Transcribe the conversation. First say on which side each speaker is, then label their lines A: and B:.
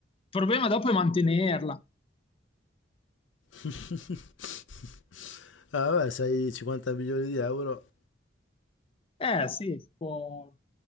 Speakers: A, on the left; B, on the left.
A: problema dopo è mantenerla.
B: <laughs> Ah, vabbè, sei 50 milioni di euro.
A: Eh sì, si può,